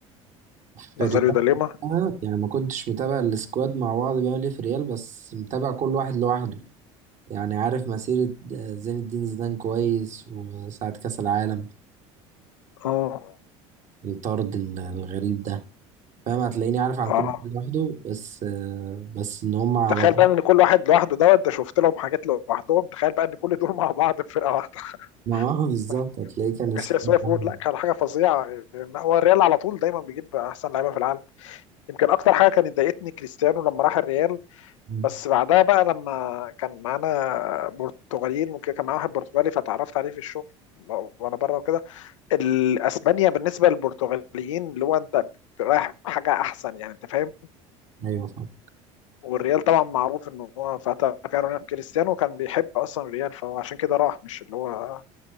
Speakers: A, on the right; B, on the left.
A: في
B: نازاريو
A: الريال
B: دا ليما
A: وقتها، يعني ما كنتش متابع السكواد مع بعض بيعمل ايه في الريال بس متابع كل واحد لوحده يعني عارف مسيرة آه، زين الدين زيدان كويس وساعة كأس العالم
B: اه
A: والطرد ال- الغريب ده فاهم هتلاقيني عارف عن
B: اه
A: كل واحد لوحده بس آه، بس ان هم على
B: تخيل
A: بعض
B: بقى ان كل واحد لوحده دوت ده شفت لهم حاجات لوحدهم تخيل بقى ان كل دول مع بعض في فرقة واحدة
A: <laughs> ما هو بالظبط
B: <laughs>
A: هتلاقيه كان
B: كاسياس
A: سكواد
B: واقف
A: واحد.
B: يقول لا كان حاجة فظيعة يعني هو الريال على طول دايما بيجيب احسن لعيبة في العالم يمكن اكتر حاجة كانت ضايقتني كريستيانو لما راح الريال
A: مم.
B: بس بعدها بقى لما كان معانا برتغاليين وكده كان معانا واحد برتغالي فتعرفت عليه في الشغل وانا بره وكده الاسبانيا بالنسبه للبرتغاليين اللي هو انت رايح حاجه احسن يعني انت فاهم
A: ايوه فاهم
B: والريال طبعا معروف ان هو فتى كان رونالدو كريستيانو كان بيحب اصلا الريال فهو عشان كده راح مش اللي هو